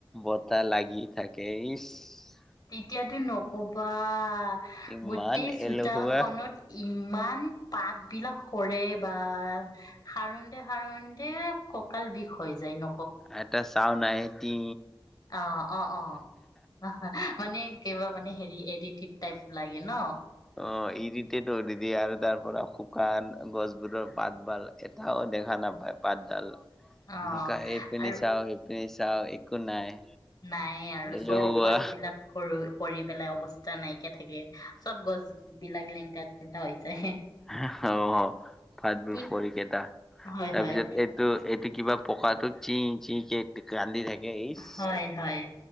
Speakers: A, in the centre; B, on the left.
A: বতাহ লাগি থাকে, ইছ
B: তেতিয়াতো নকবা আ
A: ইমান
B: গোটেই চোতাল
A: এলেহুৱা
B: খনত, ই ইমান পাত বিলাক সৰে বা সাৰোনতে সাৰোনতে কঁকাল বিষ হৈ যায় ন
A: এটা চাউন আহে তি
B: অ অ অ হাহাই মানে কিবা মানে হেৰি এদিতিক টাইপ লাগে। গে ন
A: অ' ইৰিটেট কৰি দিয়ে আৰু তাৰ। পৰা শুকান গছবোৰৰ পাতবাল এটাও দেখা নাপায় পাতডাল
B: অ
A: এনেকা এই পিনে
B: আৰু
A: চাও, সেইপিনে চা চাও একো নাই।
B: নাই আৰু
A: এলেহুৱা
B: চব পাত বিলাক সৰি সৰি পেলাই অৱস্থা নাইকিয়া থাকে চব গছ বিলাক লেংটা পেংটা হৈ যায়
A: হা হা অ' হাতবোৰ
B: কি
A: ভৰিকেইটা
B: হয়
A: তাৰপিছত
B: হয়
A: এইটো এইটো কিবা পকাটো চি চি কে কান্ধি থাকে ইচ
B: হয় হয়